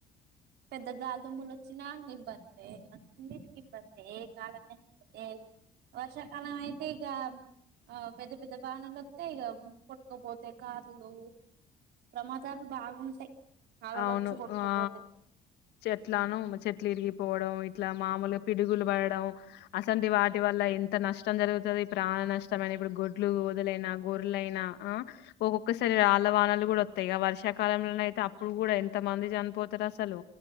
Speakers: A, on the right (about 75°); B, on the left (about 80°).
A: పెద్ద గాలిదుుమ్ములు వచ్చినా ఇబ్బందె అన్నిటికి ఇబ్బందె ఏ కాలమైనా ఇబ్బందిా వర్షాకాలం అయితే ఇక ఆ పెద్ద పెద్ద వాహనాలు వస్తే ఇక కొట్టుకోపోతాయి కార్లు ప్రమాదాలు బాగుంటాయి అలలు
B: అవును
A: వచ్చి కొట్టుకుపోతాయి
B: వా చెట్లాను చెట్లు ఇరిగిపోవడం ఇట్ల మామలుగా పిడుగులు పడడం అసంటి వాటి వల్ల ఎంత నష్టం జరుగుతుది ఇ ప్రాణ నష్టమైన ఇప్పుడు గొడ్లు గోదలైనా గోరలైనా ఒక్కొక్కసారి వాళ్ళ వానలు కూడా వస్తాయి వర్షాకాలంలో నె అయితే ఇప్పుడు కూడ ఎంత మంది చనిపోతారు అసలు